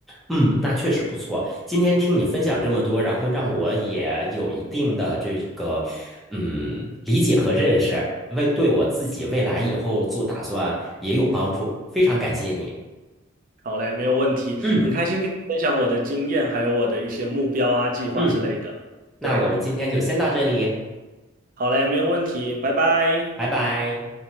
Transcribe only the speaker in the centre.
嗯，那确实不错。今天听你分享这么多，然后让我也有一定的这个嗯理解和认识，为对我自己未来以后做打算也有帮助。非常感谢你。
嗯
嗯，那我们今天就先到这里，
拜拜。